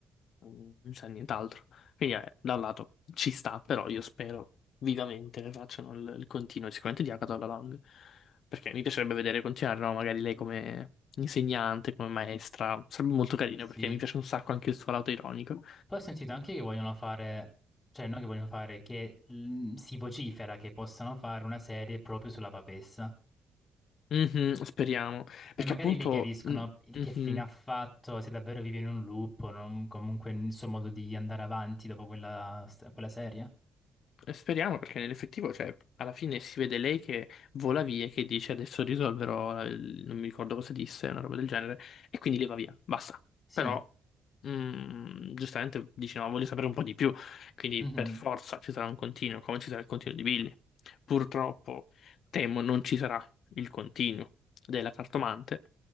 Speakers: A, on the left (about 65°); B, on the left (about 20°).
A: Non non si sa nient'altro. Quindi eh, da un lato ci sta, però io spero vivamente che facciano il, il continuo, e sicuramente di Agatha alla Lang. Perché mi piacerebbe vedere continuare, no? Magari lei come insegnante, come maestra. Sarebbe molto carino
B: sì.
A: perché mi piace un sacco anche il suo lato ironico.
B: Poi ho sentito anche che vogliono fare, cioè non che vogliono fare, che mm, si vocifera che possano fare una serie proprio sulla papessa.
A: Mhm, speriamo.
B: E
A: Perché
B: magari
A: appunto.
B: lì chiariscono
A: mm,
B: il
A: mhm.
B: che fine ha fatto, se davvero vive in un loop o non- comunque il suo modo di andare avanti dopo quella, quella serie.
A: E Speriamo perché nell'effettivo, cioè, alla fine si vede lei che vola via e che dice adesso risolverò, la- il- non mi ricordo cosa disse, una roba del genere, e quindi lei va via, basta.
B: Sì.
A: Però, mm, giustamente dice no, voglio sapere un po' di più, quindi
B: Mhm.
A: per forza ci sarà un continuo, come ci sarà il continuo di Billy. Purtroppo, temo, non ci sarà il continuo della cartomante,